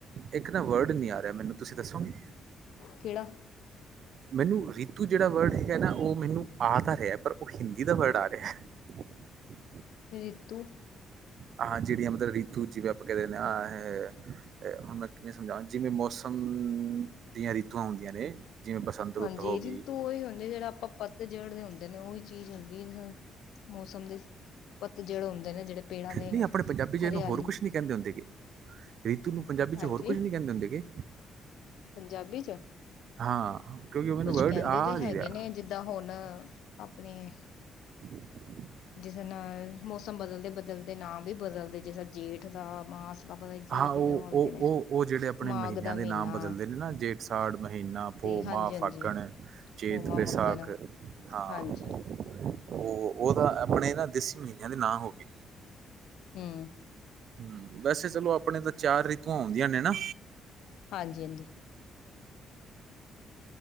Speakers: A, on the right; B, on the left.
A: ਇਕ ਨਾ ਵਰਡ ਨਹੀ ਆ ਰਿਹਾ ਮੈਨੂੰ ਤੁਸੀ ਦਸੋਗੇ।
B: ਕਿਹੜਾ।
A: ਮੈਨੂੰ ਰੀਤੂ ਜਿਹੜਾ ਵਰਡ ਹੈਗਾ ਨਾ ਉਹ ਮੈਨੂੰ ਆ ਤਾਂ ਰਿਹਾ ਪਰ ਉਹ ਹਿੰਦੀ ਦਾ ਵਰਡ ਆ ਰਿਹਾ। <inaudible> <inaudible>
B: ਰਿਤੂ।
A: ਆਹ ਜਿਹੜੀਆਂ ਮਤਲਬ ਰੀਤੂ ਜਿਵੇ ਆਪਾ ਕਹਿ ਦਿਦੇ ਹਾਂ ਹੁਣ ਮੈ ਕਿਵੇ ਸਮਝਾ ਜੀਵੇ ਮੌਸਮ। ਦੀਆਂ ਰੀਤੂਆਂ ਹੁੰਦੀਆਂ ਨੇ। ਜਿਵੇਂ ਬਸੰਤ ਰੁੱਤ
B: ਹਾਂਜੀ
A: ਹੋ ਗਈ
B: ਰਿਤੂ ਉਹੀ ਹੁੰਦੀ ਜਿਹੜਾ ਆਪਾਂ ਪੱਤ ਜੜਦੇ ਹੁੰਦੇ ਨੇ ਉਹੀ ਚੀਜ਼ ਹੁੰਦੀ। ਮੌਸਮ ਦੇ। ਪੱਤ ਜਿਹੜੇ ਹੁੰਦੇ ਨੇ ਜਿਹੜੇ ਪੇੜਾਂ ਦੇ
A: ਨਹੀਂ ਆਪਣੇ ਪੰਜਾਬੀ 'ਚ ਇਹਨੂੰ
B: ਹਰਿਆਲੀ।
A: ਹੋਰ ਕੁਛ ਨਹੀਂ ਕਹਿੰਦੇ ਹੁੰਦੇ ਗੇ ਰੀਤੂ ਨੂੰ ਪੰਜਾਬੀ 'ਚ
B: ਹਾਂਜੀ
A: ਹੋਰ ਕੁਝ ਨਹੀਂ ਕਹਿੰਦੇ ਹੁੰਦੇ ਗੇ।
B: ਪੰਜਾਬੀ 'ਚ।
A: ਹਾਂ ਕਿਉਂਕਿ ਉਹ ਮੈਨੂੰ
B: ਕੁਛ
A: ਵਰਡ
B: ਕਹਿੰਦੇ
A: ਆ
B: ਤੇ
A: ਨਹੀਂ
B: ਹੈਗੇ
A: ਰਿਹਾ
B: ਨੇ ਜਿੱਦਾਂ ਹੁਣ। ਆਪਣੇ।
A: <unintelligible>
B: ਜਿਸ ਨਾਲ ਮੌਸਮ ਬਦਲਦੇ ਬਦਲਦੇ ਨਾਂ ਵੀ ਬਦਲਦੇ ਜਿਸ ਜੇਠ ਦਾ ਮਾਸ। ਆਪਪ ਦਾ ਕੀ
A: ਹਾਂ
B: ਉਹ ਆਉਂਦੇ ਨੇ
A: ਉਹ ਉਹ ਜਿਹੜੇ ਆਪਣੇ
B: ਮਾਘ
A: ਮਹੀਨਿਆਂ
B: ਦਾ
A: ਦੇ ਨਾਮ
B: ਮਹੀਨਾ।
A: ਬਦਲਦੇ ਨੇ ਨਾ ਜੇਠ ਸਾਠ ਮਹੀਨਾ ਭੋ
B: ਤੇ ਹਾਂਜੀ
A: ਮਾਂ
B: ਹਾਂਜੀ
A: ਫਾਕਣ ਚੇਤ
B: ਹੋਮਾ
A: ਬੈਸਾਖ
B: ਮੱਗਨ
A: ਹਾਂ।
B: ਹਾਂਜੀ।
A: ਉਹ ਉਹ ਤਾਂ ਆਪਣੇ ਨਾ ਦੇਸੀ ਮਹੀਨਿਆਂ ਦੇ ਨਾ ਹੋ ਗਏ।
B: ਹਮ।
A: ਹਮ ਵੈਸੇ ਚਲੋ ਆਪਣੇ ਤਾਂ ਚਾਰ ਰੀਤੂਆਂ ਆਉਂਦੀਆਂ ਨੇ ਨਾ।
B: ਹਾਂਜੀ ਹਾਂਜੀ।